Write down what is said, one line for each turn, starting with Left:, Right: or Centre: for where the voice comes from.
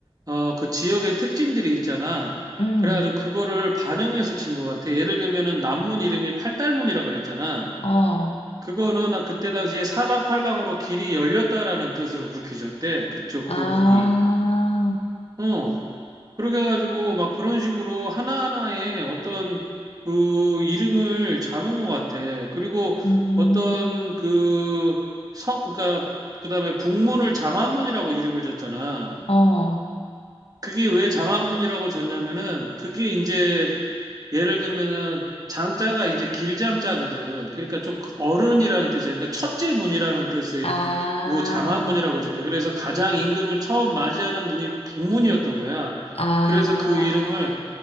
Right: 어, 그 지역의 특징들이 있잖아.
Left: 응,
Right: 그래가지고 그거를 반영해서 진 것 같아. 예를 들면은 남문 이름이 팔달문이라 그랬잖아.
Left: 어,
Right: 그거는 그때 당시에 사방팔방으로 길이 열렸다라는 뜻으로 그렇게 지었대. 그쪽
Left: 아,
Right: 그 문이. 어. 그렇게 해가지고 막 그런 식으로 하나하나의 어떤 그 이름을 잡은 것 같아. 그리고
Left: 음,
Right: 어떤 그 성, 그러니까 그다음에 북문을 장안문이라고 이름을 줬잖아.
Left: 어,
Right: 그게 왜 장안문이라고 줬냐면은 그게 이제 예를 들면은 장자가 이제 길장자거든. 그러니까 좀 어른이라는 뜻이야. 그러니까 첫째 문이라는 뜻으로
Left: 아,
Right: 장안문이라고 진대. 그래서 가장 임금을 처음 맞이하는 문이 북문이었던 거야.
Left: 아.
Right: 그래서 그 이름을